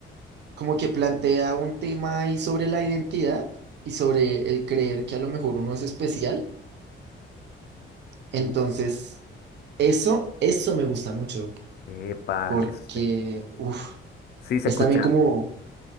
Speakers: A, on the right; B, on the left.
A: como que plantea un tema ahí sobre la identidad y sobre el creer que a lo mejor uno es especial. Entonces,
B: Uh,
A: eso, eso me gusta mucho.
B: Epa,
A: porque,
B: ese-
A: uff,
B: sí, se
A: es
B: escucha,
A: también como